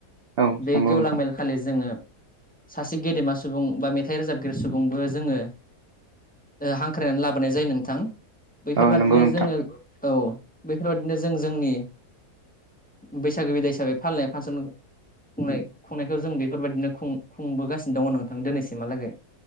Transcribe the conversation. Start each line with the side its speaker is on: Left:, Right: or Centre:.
Right: औ
Centre: बे
Right: नंगौ
Centre: गेवलां
Right: नोंथां
Centre: मेल खालि जोङो सासे गेदेमा सुबुं बा मेथाइ रोजाबगिरि सुबुंबो जोङो हांख्रायनानै लाबोनाय जायो नोंथां बैफोरबादिनो
Right: औ नंगौ नोंथां
Centre: जोङो औ बेफोरबायदिनो जों जोंनि बैसागो बिदाय हिसाबै फालिनाय फांसन- खुंनाय खुंनायखौ जों बेफोरबायदिनो खुंबोगासिनो दङ नोंथां दिनैसिमहालागै